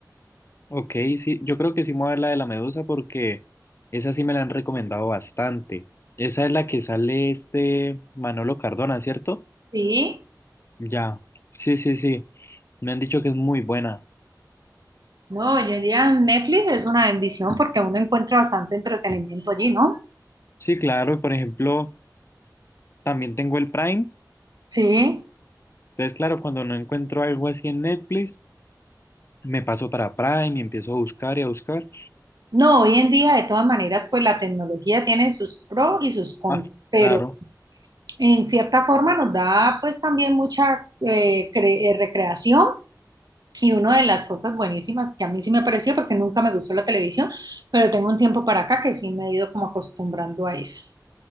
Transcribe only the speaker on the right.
Sí,
no, hoy en día Netflix es una bendición porque uno encuentra bastante entretenimiento allí, ¿no?
Sí.
No, hoy en día de todas maneras pues la tecnología tiene sus pros y sus contras,
pero
en cierta forma nos da pues también mucha eh, cre- eh, recreación y una de las cosas buenísimas que a mí sí me pareció porque nunca me gustó la televisión, pero tengo un tiempo para acá que sí me he ido como acostumbrando a eso.